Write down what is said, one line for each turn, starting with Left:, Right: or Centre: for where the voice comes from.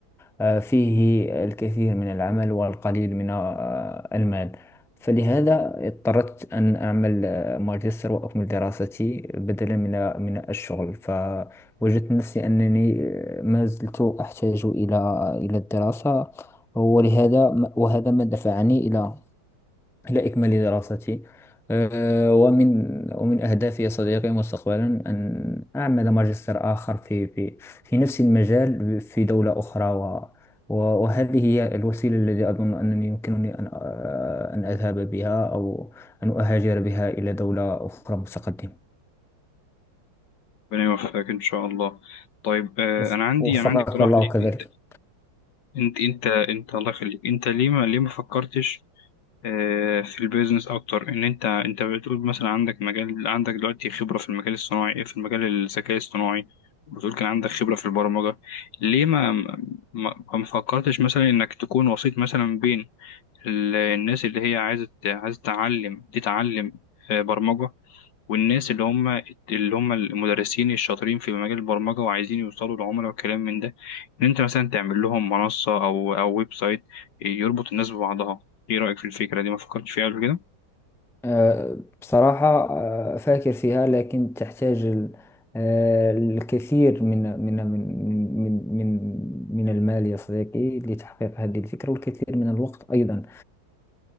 Centre: ففيه الكثير من العمل والقليل من آه، المال فلهذا اضطررت أن أعمل آه، ماجستير وأكمل دراستي بدلا من من الشغل فوجدت نفسي أنني آه، ما زلت أحتاج إلى إلى الدراسة ولهذا وهذا ما دفعني إلى إلى إكمال دراستي أه، ومن ومن أهدافي يا صديقي مستقبلا أن أعمل ماجستير آخر في في في نفس المجال في دولة أخرى و و- وهذه هي الوسيلة التي أظن أنني يمكنني أن أه، أن أذهب بها أو أن أهاجر بها إلى دولة أخرى متقدمة
Left: ربنا يوفقك ان شاء الله طيب آه،
Centre: وف-
Left: انا عندي
Centre: وفقك
Left: انا عندي اقتراح
Centre: الله
Left: ليك
Centre: كذلك
Left: انت انت انت انت الله يخليك انت ليه ما ليه ما فكرتش آه، في البيزنس اكتر ان انت انت بتقول مثلا عندك مجال عندك دلوقتي خبره في المجال الصناعي في المجال الذكاء الصناعي بتقول كان عندك خبره في البرمجه ليه ما ما, ما فكرتش مثلا انك تكون وسيط مثلا بين ال- الناس اللي هي عايزه عايزه تتعلم تتعلم آه، برمجه والناس اللي هم اللي هم المدرسين الشاطرين في مجال البرمجة وعايزين يوصلوا لعملاء وكلام من ده إن أنت مثلا تعمل لهم منصة أو أو ويب سايت يربط الناس ببعضها إيه رأيك في الفكرة دي ما فكرتش فيها قبل كده؟
Centre: آه، بصراحة آه، أفكر فيها لكن تحتاج ال- آه، الكثير من من من من من من المال يا صديقي لتحقيق هذه الفكرة والكثير من الوقت أيضا